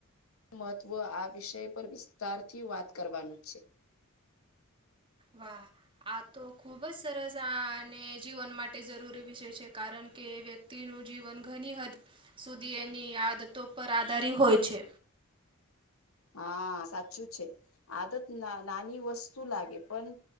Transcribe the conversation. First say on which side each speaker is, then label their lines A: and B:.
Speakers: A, on the left; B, on the right.
A: મહત્ત્વ આ વિષય પર વિસ્તારથી વાત કરવાનું છે.
B: વાહ આ તો ખૂબ જ સરસ આ અને જીવન માટે જરૂરી વિષય છે કારણ કે વ્યક્તિ તેનું જીવન ઘણી હદ સુધી એની આદતો પર આધારી હોય છે.
A: હા સાચું છે. આદત ના નાની વસ્તુ લાગે પણ